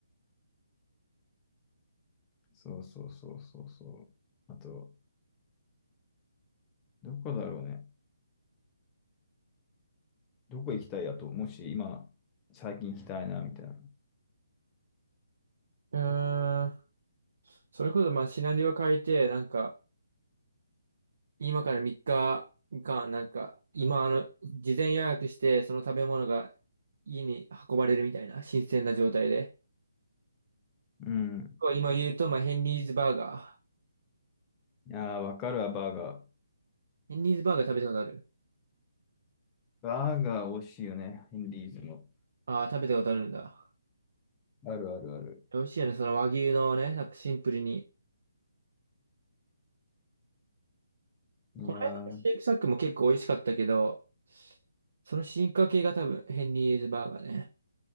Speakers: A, on the left (about 20°); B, on the right (about 65°).
A: そうそうそうそうそう。あと、どこだろうね。どこ行きたいやと、もし今、最近行きたいな、みたいな。
B: うーん。それこそまあシナリオ変えて、なんか今から3日間、なんか、今、あの、事前予約して、その食べ物が家に運ばれるみたいな、新鮮な状態で。
A: うん。
B: こう今言うと、まあ、ヘンリーズバーガー。
A: いやー、わかるわ、バーガー。
B: ヘンリーズバーガー食べたことある
A: バーガー美味しいよね、ヘンリーズの。
B: ああー、食べたことあるんだ。
A: あるあるある。
B: 美味しいよね、その和牛のね、なんかシンプルに。
A: いやー、
B: この間のシェイクサックも結構美味しかったけど、
A: うん
B: その進化系が多分、ヘンリーズバーガーね。